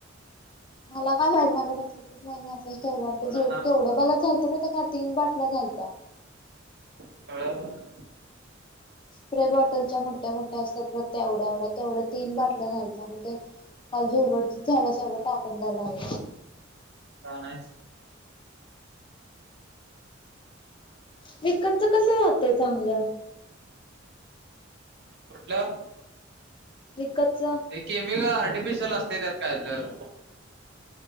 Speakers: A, on the left; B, on the right.
A: मला काय माहि माझ लक्षातच नाही मी असंच ठेवलं
B: पुन्हा
A: केवढं बला चालत का तीन बाटल्या घलत
B: हा
A: स्प्रे बॉटलच्या मोठ्या मोठ्या असतात मग ते एवढ्या एवढ्या तेवढ्या तीन बाटल घालतं आणि ते काल झुरबड झाला सगळं टाकून झालं.
B: काय नाही च.
A: विकतच कसं राहतय चांगलं.
B: पुटलं.
A: विकतच.
B: ते केमिकल आर्टिफिशियल असते त्यात काय तर.